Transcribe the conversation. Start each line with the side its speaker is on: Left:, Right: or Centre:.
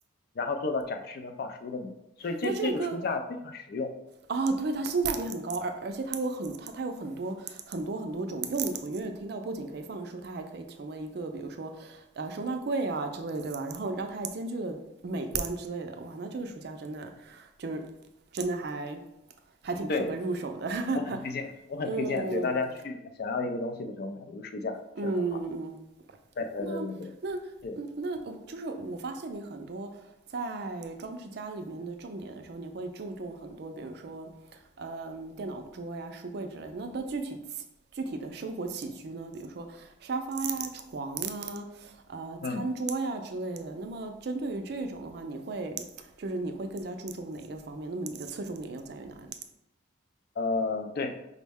Left: 然后做到展示跟放书的目的所以这这个书架非常实用，
Right: 那这个哦，对，它性价比很高，而而且它有很它它有很多很多很多种用途，因为听到不仅可以放书，它还可以成为一个比如说，呃，收纳柜啊之类，对吧？然后然后它还兼具了美观之类的，哇，那这个暑假真的就是真的还还挺适合入手的，
Left: 对我很推荐，
Right: <laughs>
Left: 我很推荐，
Right: 嗯
Left: 对大家去想要一个东西的时候买一个书架是很好的。
Right: 嗯嗯。
Left: 对对对对对，
Right: 那
Left: 对，
Right: 那呃就是我发现你很多在装置家里面的重点的时候，你会注重很多，比如说，嗯，电脑桌呀、书柜之类的。那到具体起具体的生活起居呢？比如说沙发呀、床啊、呃餐桌呀之类的。
Left: 嗯
Right: 那么针对于这种的话，你会就是你会更加注重哪一个方面？那么你的侧重点又在于哪里？
Left: 呃对